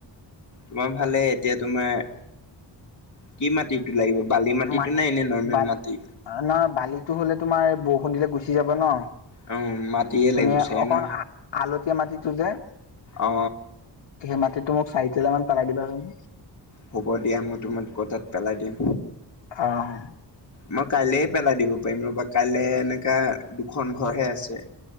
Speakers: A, on the left (about 40°); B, on the left (about 80°).
A: তোমাৰ ভালে এতিয়া তোমাৰ কি মাটিটো লাগিব? বালি মাটিটো
B: মান
A: নে এনে নৰ্মেল
B: বাল
A: মাটি?
B: নহয় বালি হলে তোমাৰ বৰষুণ দিলে গুচি যাব ন।
A: অ মাটিয়ে লাগিব
B: তুমি
A: চাগে
B: অকন
A: ন
B: আলতীয়া মাটিটো যে
A: অ
B: সেই মাটিটো মোক চাৰি তোলা মান পেলাই দিবা চোন।
A: হ'ব দিয়া মই তোমাক ক' তাত পেলাই দিম।
B: অ'।
A: মই কাইলে পেলাই দিব পাৰিম ৰ'বা কাইলে এনেকা দুখন ঘৰ হে আছে।